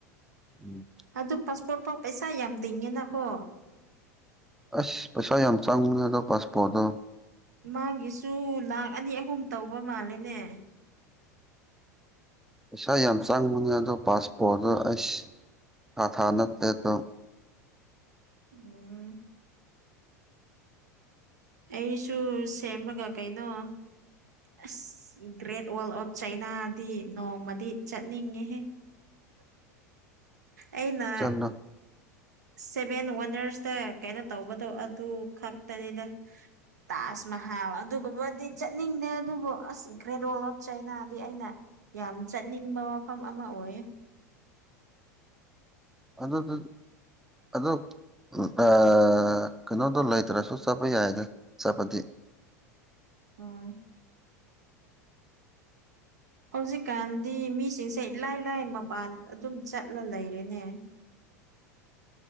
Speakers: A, in the centre; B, on the right.
A: ꯎꯝ
B: ꯑꯗꯨ ꯄꯥꯁꯄꯣꯔꯠ ꯄꯥꯎ ꯄꯩꯁꯥ ꯌꯥꯝ ꯇꯤꯡꯉꯦꯅꯀꯣ
A: ꯑꯁ ꯄꯩꯁꯥ ꯌꯥꯝ ꯆꯪꯕꯅꯦ ꯑꯗꯣ ꯄꯥꯁꯄꯣꯔꯠꯇꯣ
B: ꯃꯥꯒꯤꯁꯨ ꯂꯥꯛ ꯑꯅꯤ ꯑꯍꯨꯝ ꯇꯧꯕ ꯃꯥꯜꯂꯦꯅꯦ
A: ꯄꯩꯁꯥ ꯌꯥꯝ ꯆꯪꯕꯅꯦ ꯑꯗꯣ ꯄꯥꯁꯄꯣꯔꯠꯇꯣ ꯑꯩꯁ ꯊꯥ ꯊꯥ ꯅꯠꯇꯦ ꯑꯗꯣ
B: ꯎꯝ ꯑꯩꯁꯨ ꯁꯦꯝꯃꯒ ꯀꯩꯅꯣ ꯑꯁ ꯒ꯭ꯔꯦꯠ ꯋꯥꯜ ꯑꯣꯐ ꯆꯩꯅꯥꯗꯤ ꯅꯣꯡꯃꯗꯤ ꯆꯠꯅꯤꯡꯉꯦꯍꯦ ꯑꯩꯅ
A: ꯆꯠꯂꯣ
B: ꯁꯦꯚꯦꯟ ꯋꯥꯟꯗꯔꯁꯇ ꯀꯩꯅꯣ ꯇꯧꯕꯗꯣ ꯑꯗꯨ ꯈꯛꯇꯅꯤꯗ ꯇꯥꯖ ꯃꯍꯥꯜ ꯑꯗꯨꯒꯨꯝꯕꯗꯤ ꯆꯠꯅꯤꯡꯗꯦ ꯑꯗꯨꯕꯨ ꯑꯁ ꯒ꯭ꯔꯦꯠ ꯋꯥꯜ ꯑꯣꯐ ꯆꯩꯅꯥꯗꯤ ꯑꯩꯅ ꯌꯥꯝ ꯆꯠꯅꯤꯡꯕ ꯃꯐꯝ ꯑꯃ ꯑꯣꯏꯌꯦ
A: ꯑꯗꯨꯗꯨ ꯑꯗꯣ ꯎ ꯑ ꯀꯩꯅꯣꯗꯣ ꯂꯩꯇ꯭ꯔꯁꯨ ꯆꯠꯄ ꯌꯥꯏꯗ ꯆꯠꯄꯗꯤ
B: ꯎꯝ ꯍꯧꯖꯤꯛꯀꯥꯟꯗꯤ ꯃꯤꯁꯤꯡꯁꯦ ꯏꯂꯥꯏ ꯂꯥꯏ ꯃꯄꯥꯟ ꯑꯗꯨꯝ ꯆꯠꯂ ꯂꯩꯔꯦꯅꯦ